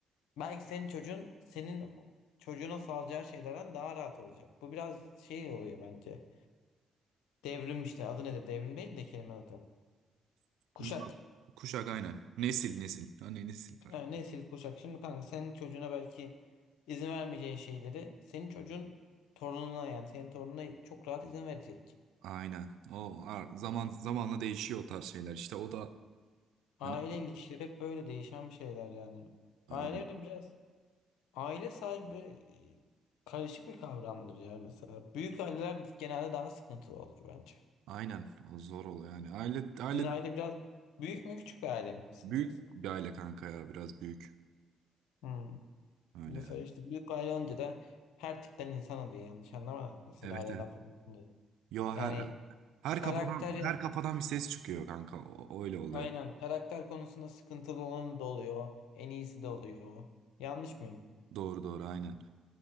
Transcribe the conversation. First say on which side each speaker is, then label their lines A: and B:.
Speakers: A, on the left; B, on the right.
A: Belki senin çocuğun senin çocuğuna sağlayacağı şeylerden daha rahat olacak. Bu biraz şey oluyor bence. Devrim işte adı nedir? Devrim değil de kelime adı. Kuşak.
B: Zam- Kuşak aynen. Nesil nesil. Hani nesil fark.
A: Ha, nesil kuşak. Şimdi kanka senin çocuğuna belki izin vermeyeceğin şeyleri senin çocuğun torununa yani senin torununa çok rahat izin verecek.
B: Aynen. O a- zaman zamanla değişiyor o tarz şeyler. İşte o da
A: Aile
B: hani
A: ilişkileri hep böyle değişen bir şeyler yani.
B: öyle.
A: Aile de biraz aile sahibi e, karışık bir kavramdır ya mesela. Büyük aileler genelde daha sıkıntılı olur bence.
B: Aynen. O zor oluyor yani. Aile aile
A: Sizin aile
B: de
A: biraz büyük mü küçük bir aile misiniz
B: büyük
A: yoksa?
B: bir aile kanka ya biraz büyük.
A: Hmm.
B: Öyle
A: Mesela
B: yani.
A: işte büyük aile olunca da her tipten insan oluyor yanlış anlama. Senin
B: Evet
A: ailen
B: evet.
A: affetmesin diye.
B: Yo her
A: Yani
B: her
A: karakter
B: kafadan her kafadan bir ses çıkıyor kanka. O, öyle oluyor.
A: aynen karakter konusunda sıkıntılı olan da oluyor. En iyisi de oluyor. Yanlış mıyım?
B: Doğru doğru aynen.